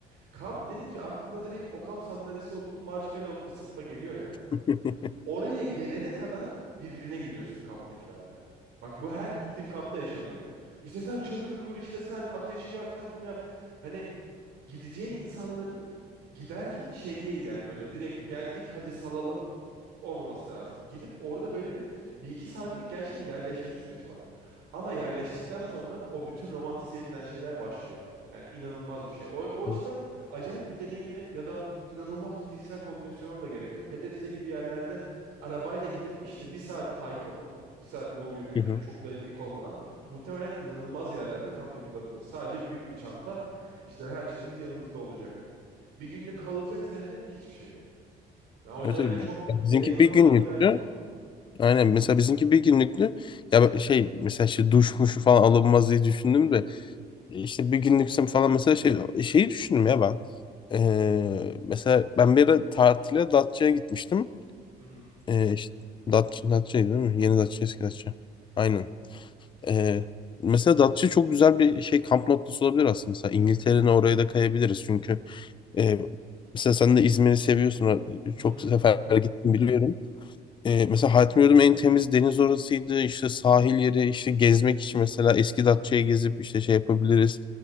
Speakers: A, on the right (about 85°); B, on the left (about 30°).
A: kamp denince aklına direkt o kamp sandalyesi oturup marshmallow ısıtma geliyor ya.
B: <laughs>
A: Oraya gelene kadar birbirine giriyorsun kamptakilerle. Bak bu her gittiğim kampta yaşanıyor. İşte sen çadırı kur, işte sen ateşi yak, sen bunu yap. Hani gideceğin insanların giderken şey değil yani böyle direkt geldik hadi salalım olmaması lazım. Gidip orada böyle bir, bir iki saatlik gerçekten yerleşme süreci var. Ama yerleştikten sonra o bütün romantize edilen şeyler başlıyor. Yani inanılmaz bir şey. O, o açıdan
B: Hı
A: acayip bir deneyime ya da inanılmaz bir fiziksel kondisyona da gerek yok. Hele Rize gibi yerlerde arabayla gidip işte bir saat hike yapıp bir saat yol yürüyüp
B: hı.
A: hani çok da dik olmadan muhtemelen inanılmaz yerlerde kamp yapılabilir. Sadece büyük bir çanta işte her şeyimiz yanımızda olacak. Bir günlük kalacaksa hele hiçbir şey değil. Ya o yüzden
B: Evet,
A: öyle
B: evet.
A: çok
B: Bizimki
A: deneyime
B: bir
A: falan
B: günlüktü.
A: ihtiyacın yok.
B: Aynen mesela bizimki bir günlüktü. Ya ben- şey mesela işte duş muşu falan alınmaz diye düşündüm
A: Ee,
B: de İşte bir günlüksem falan mesela şey şeyi düşündüm ya ben. Ee, mesela ben bir ara tatile Datça'ya gitmiştim.
A: hı hı,
B: Ee, işte Datça, Datça'ydı değil mi? Yeni Datça, eski Datça. Aynen. Ee, mesela Datça çok güzel bir şey kamp noktası olabilir aslında. Mesela İngiltere'nin oraya da kayabiliriz. Çünkü e, mesela sen de İzmir'i seviyorsun.
A: hı
B: Çok
A: hı,
B: sefer
A: hı hı.
B: gittim biliyorum. E, mesela hayatımda gördüğüm en temiz deniz orasıydı. İşte sahil yeri, işte gezmek için mesela eski Datça'ya gezip işte şey yapabiliriz.